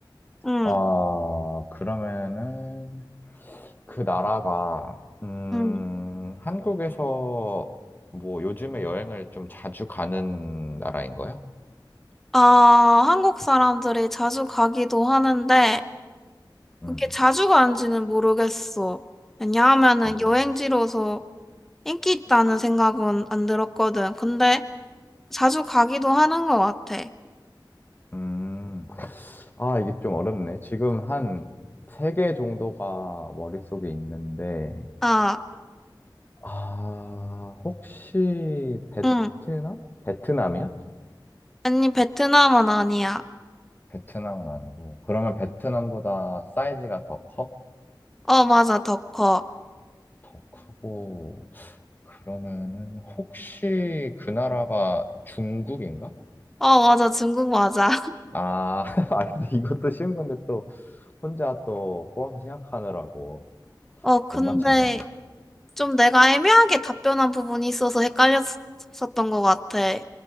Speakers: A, in the centre; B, on the left.
A: 응,
B: 아, 그러면은 그 나라가 음,
A: 응.
B: 한국에서 뭐 요즘에 여행을 좀 자주 가는 나라인 거야?
A: 아, 한국 사람들이 자주 가기도 하는데,
B: 음,
A: 그렇게 자주 가는지는 모르겠어. 왜냐하면은
B: 자주.
A: 여행지로서 인기 있다는 생각은 안 들었거든. 근데 자주 가기도 하는 것 같아.
B: 음. 아, 이게 좀 어렵네. 지금 한 세 개 정도가 머릿속에 있는데
A: 아,
B: 아, 혹시 베트남?
A: 응.
B: 베트남이야?
A: 아니, 베트남은 아니야.
B: 베트남은 아니고. 그러면 베트남보다 사이즈가 더 커?
A: 어, 맞아. 더 커.
B: 더 크고, 그러면은, 혹시 그 나라가 중국인가?
A: 어, 맞아. 중국 맞아.
B: 아, <laughs> 아, 근데 이것도 쉬운 건데 또 혼자 또 꼬아서 생각하느라고
A: 어, 근데
B: 못 맞췄네.
A: 좀 내가 애매하게 답변한 부분이 있어서 헷갈렸었던 것 같아.